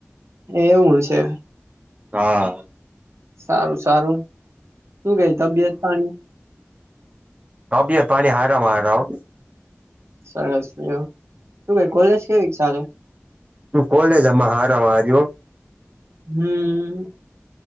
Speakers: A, on the right; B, on the right.
A: એવું છે!
B: હા.
A: સારું-સારું. શું કેછ તબિયત પાણી?
B: તબિય પાણી હારામાં હારા હો.
A: સરસ લ્યો. શું કેઈ કોલેજ કેવી ચાલે?
B: હુ કોલેજ હમાં હારા <unintelligible>
A: હમ્મ.